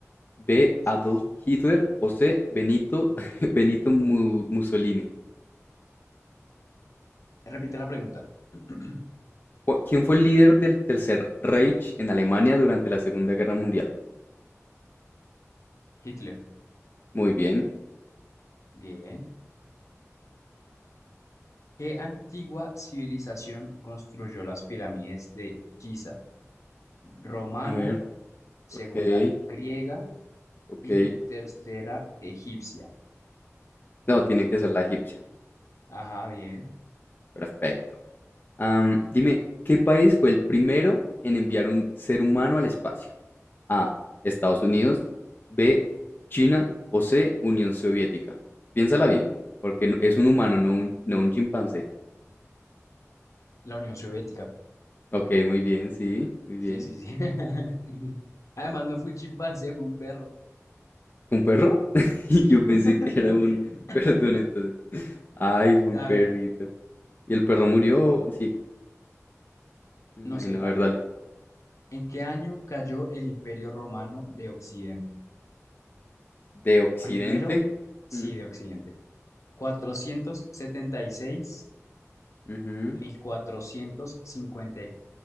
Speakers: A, on the left; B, on the left.
A: B.
B: sí.
A: Adolf Hitler o C. Benito, <laughs> Benito Mu- Mussolini.
B: Repite la pregunta. <clears throat>
A: Cu- ¿Quién fue el líder del Tercer Reich en Alemania durante la Segunda Guerra Mundial?
B: Hitler.
A: Muy bien.
B: Bien. ¿Qué antigua civilización construyó las pirámides de Giza? Romana,
A: A ver,
B: segunda
A: ok,
B: griega
A: ok.
B: y tercera egipcia.
A: No, tiene que ser la egipcia.
B: Ajá, bien.
A: Perfecto. Am, dime, ¿qué país fue el primero en enviar un ser humano al espacio? A. Estados Unidos. B. China. O C. Unión Soviética. Piénsala bien, porque no- es un humano, no un, no un chimpancé.
B: La Unión Soviética.
A: Ok, muy bien, sí, muy bien.
B: Sí, sí, sí. <laughs> Además, no fue un chimpancé, fue un perro.
A: ¿Fue un perro? <laughs> Y
B: Sí.
A: Yo pensé
B: <laughs>
A: que era un... <laughs> Perdón, entonces. Ay, fue un
B: A
A: perrito.
B: ver,
A: ¿Y el perro murió? Sí, me imagino.
B: no sé, la
A: A ver,
B: verdad.
A: dale.
B: ¿En qué año cayó el Imperio Romano de Occidente?
A: ¿De Occidente?
B: Primero, sí,
A: Mm,
B: de Occidente. 476.
A: ujú,
B: mil cuatrocientos cincuenta